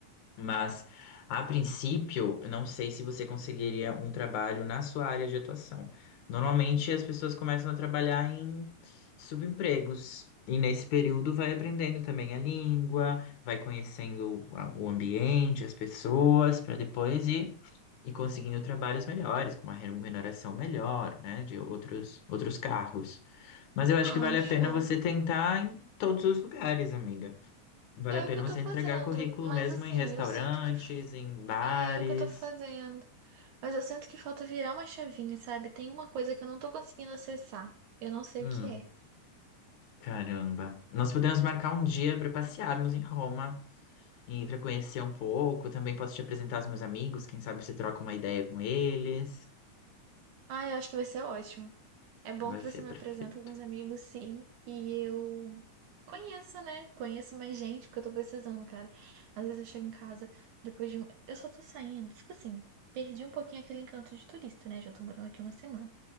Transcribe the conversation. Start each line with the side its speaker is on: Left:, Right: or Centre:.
Left: Mas, a princípio, eu não sei se você conseguiria um trabalho na sua área de atuação. Normalmente, as pessoas começam a trabalhar em subempregos. E nesse período vai aprendendo também a língua, vai conhecendo a- o ambiente, as pessoas, para depois ir, ir conseguindo trabalhos melhores, com uma remuneração melhor, né, de outros, outros cargos. Mas eu acho
Right: Ah,
Left: que vale a
Right: show.
Left: pena você tentar em todos os lugares, amiga. Vale
Right: É
Left: a pena
Right: o que eu
Left: você
Right: tô fazendo.
Left: entregar currículo
Right: Mas
Left: mesmo
Right: assim,
Left: em restaurantes,
Right: eu sinto que f-
Left: em bares.
Right: é o que eu tô fazendo. Mas eu sinto que falta virar uma chavinha, sabe? Tem uma coisa que eu não tô conseguindo acessar. Eu não sei
Left: Hum,
Right: o que é.
Left: caramba. Nós podemos marcar um dia para passearmos em Roma e para conhecer um pouco. Também posso te apresentar os meus amigos, quem sabe você troca uma ideia com eles.
Right: Ah, eu acho que vai ser ótimo. É bom
Left: Vai
Right: que
Left: ser
Right: você me
Left: perfeito.
Right: apresenta alguns amigos, sim, e eu conheço, né? Conheço mais gente, porque eu tô precisando, cara. Às vezes eu chego em casa, depois de. um, Eu só tô saindo, tipo assim, perdi um pouquinho aquele encanto de turista, né? Já tô morando aqui uma semana.